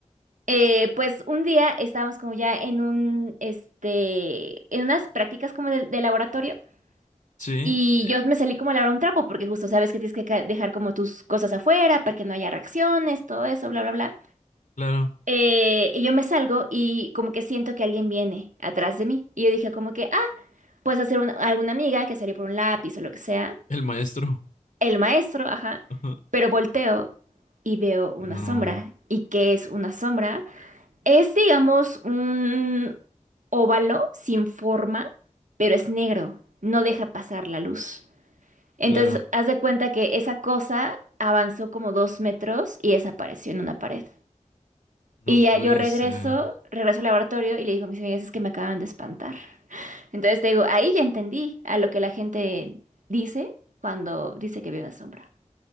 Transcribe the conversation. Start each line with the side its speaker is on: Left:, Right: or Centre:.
Right: eh, pues un día estábamos como ya en un, este, en unas prácticas como de, de laboratorio
Left: Sí,
Right: y
Left: eh,
Right: yo me salí como a lavar un trapo porque justo sabes que tienes que ca- dejar como tus cosas afuera para que no haya reacciones, todo eso, bla, bla, bla.
Left: claro.
Right: Eh, y yo me salgo y como que siento que alguien viene atrás de mí y yo dije como que, ah, puedes hacer una- alguna amiga que salió por un lápiz o lo que sea,
Left: El maestro.
Right: el maestro, ajá,
Left: <laughs>
Right: pero volteo y veo una
Left: No,
Right: sombra. ¿Y qué es una sombra? Es, digamos, un óvalo sin forma, pero es negro, no deja pasar la luz. Entonces,
Left: claro.
Right: haz de cuenta que esa cosa avanzó como dos metros y desapareció en una pared.
Left: No
Right: Y ya
Left: puede
Right: yo regreso,
Left: ser.
Right: regreso al laboratorio y le digo a mis amigas, es que me acaban de espantar. <laughs> Entonces te digo, ahí ya entendí a lo que la gente dice cuando dice que vio una sombra.